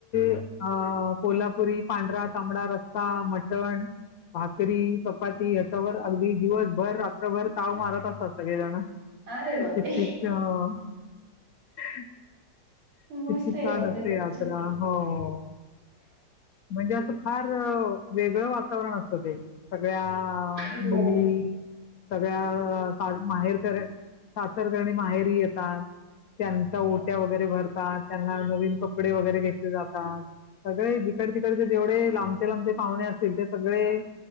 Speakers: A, on the left; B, on the right.
A: अ कोल्हापुरी, पांढरा, तांबडा, रस्सा मटण. भाकरी, चपाती ह्याच्यावर अगदी दिवसभर रात्रभर ताव मारत असतात सगळेजण.
B: अरे बापरे!
A: किती छा, !
B: मस्त
A: किती छान
B: आहे मग
A: असते?
B: ते तुमचं.
A: यात्रा. हो. म्हणजे असं, फार वेगळं वातावरण, असतं ते. सगळ्या
B: हो
A: मुली.... सगळ्या माहेर सासर करणी माहेरी येतात.. त्यांच्या
B: हो
A: ओट्या वगैरे भरतात त्यांना नवीन कपडे वगैरे घेतले जातात सगळे... तिकड तिकडचे जेवढे लांबचे लांबते पाहुणे असतील ते सगळे...